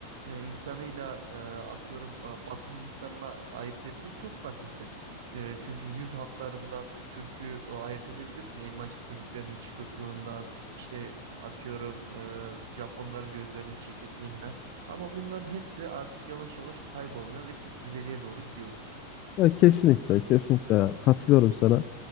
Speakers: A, on the right (about 55°); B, on the left (about 35°).
A: e, insanıyla e, atıyorum e, Batı'nın insanına ayırt etmek çok basitti. E, çünkü yüz hatlarından bir türkü e, ayırt edebilirsin. Elmacık kemiklerinin çıkıklığından, işte atıyorum e, Japonların gözlerinin çekikliğinden. Ama bunların hepsi artık yavaş yavaş kaybolmaya ve tek düzeliğe doğru gidiyoruz.
B: Ya kesinlikle, kesinlikle katılıyorum sana.